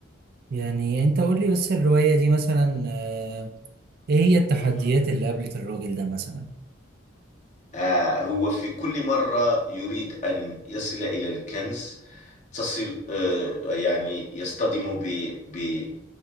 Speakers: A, on the right; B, on the left.
A: يعني أنت قول لي بس الرواية دي مثلا آه، إيه هي التحديات
B: مهم.
A: اللي قابلت الراجل ده مثلا؟
B: آه هو في كل مرة يريد أن يصل إلى الكنز تصل آه يعني يصطدم ب ب